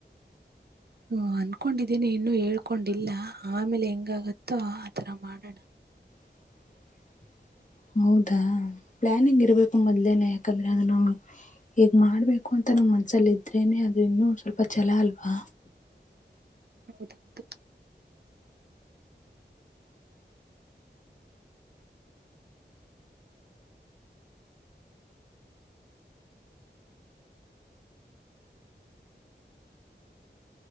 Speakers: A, on the right; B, on the left.
A: ಹ್ಮ ಅನ್ಕೊಂಡಿದ್ದೇನಿ ಇನ್ನುೂ ಹೇಳ್ಕೊಂಡಿಲ್ಲ ಆಮೇಲೆ ಹೆಂಗಾಗತ್ತೋ ಆತರ ಮಾಡೋಣ
B: <inaudible> ಹೌದಾ ಪ್ಲಾನಿಂಗ್ ಇರ್ಬೇಕು ಮೊದ್ಲೇನೆ ಯಾಕಂದ್ರೆ ಅದ ನಾವು ಹೇಗ್ ಮಾಡ್ಬೇಕು ಅಂತ ನಮ್ಮ್ ಮನ್ಸಲ್ಲ ಇದ್ರೇನೆ ಅದುರ ಇನ್ನೂ ಸ್ವಲ್ಪ ಛಲ ಅಲ್ವಾ
A: ಹೌದೌದು